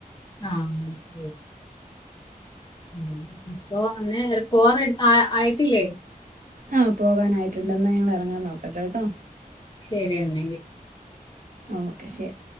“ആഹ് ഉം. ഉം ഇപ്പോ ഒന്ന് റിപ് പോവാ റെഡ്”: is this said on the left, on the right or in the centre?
Left